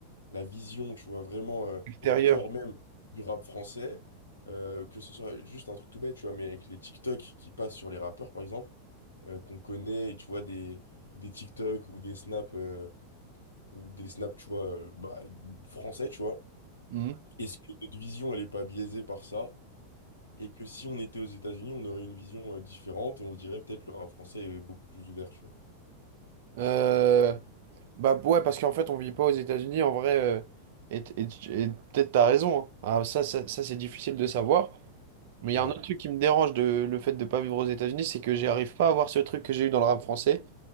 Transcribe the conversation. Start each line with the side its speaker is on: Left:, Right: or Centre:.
Left: la vision, tu vois, vraiment euh,
Right: Extérieur.
Left: au cœur même du rap français, euh, que ce soit juste un truc tout bête, tu vois, mais avec les TikTok qui passent sur les rappeurs, par exemple, euh, qu'on connaît, et tu vois, des, des TikTok ou des snaps, euh, ou des snaps, tu vois, euh, bah, français, tu vois.
Right: Mhm.
Left: Est-ce que notre vision, elle est pas biaisée par ça? et que si on était aux États-Unis, on aurait une vision euh, différente et on se dirait peut-être le rap français est beaucoup plus ouvert, tu vois.
Right: Euh, Bah ouais, parce qu'en fait, on vit pas aux États-Unis, en vrai, euh, et, et- et peut-être t'as raison, hein. Ah, ça, ça, ça, c'est difficile de savoir. Mais
Left: Ouais,
Right: il y a un autre truc qui me dérange de le fait de pas vivre aux États-Unis, c'est que j'arrive pas à avoir ce truc que j'ai eu dans le rap français,